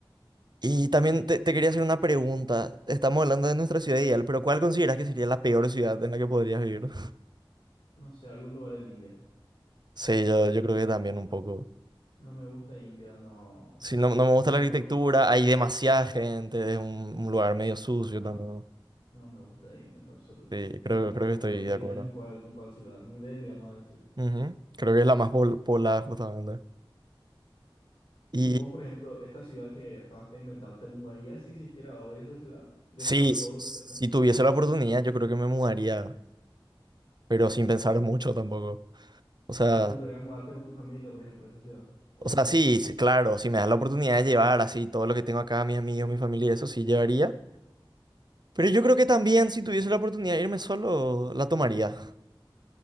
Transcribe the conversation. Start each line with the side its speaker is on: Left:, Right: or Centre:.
Right: Y también te, te quería hacer una pregunta. Estamos hablando de nuestra ciudad ideal, pero ¿cuál consideras que sería la peor ciudad en la que podrías vivir? <laughs>
Left: No sé, algún lugar en India.
Right: Sí, yo, yo creo que también un poco.
Left: No me gusta India, no.
Right: Sí, no, no me gusta
Left: Esto,
Right: la arquitectura, hay demasiada gente, es un, un lugar medio sucio
Left: no,
Right: también.
Left: no me gusta India en lo absoluto.
Right: Sí, creo,
Left: No,
Right: creo
Left: no,
Right: que estoy
Left: no te
Right: de
Left: diría
Right: acuerdo.
Left: ni cuál, ni cuál ciudad. New Delhi, vamos a decir.
Right: Ujú. Creo que es la más pol- poblada justamente. Y
Left: Y vos, por ejemplo, esta ciudad que acabaste de inventar, ¿te mudarías si existiera hoy esa ciudad? Dejando
Right: sí, s-
Left: todo lo
Right: si
Left: que tenés.
Right: tuviese la oportunidad, yo creo que me mudaría, pero sin pensar mucho tampoco. O sea,
Left: ¿Te gustaría mudarte con tu familia, por ejemplo, a esa ciudad? ¿O
Right: O
Left: vos
Right: sea,
Left: solo?
Right: sí, sí, claro, si me das la oportunidad de llevar así todo lo que tengo acá, mis amigos, mi familia, eso sí llevaría. Pero yo creo que también si tuviese la oportunidad de irme solo, la tomaría.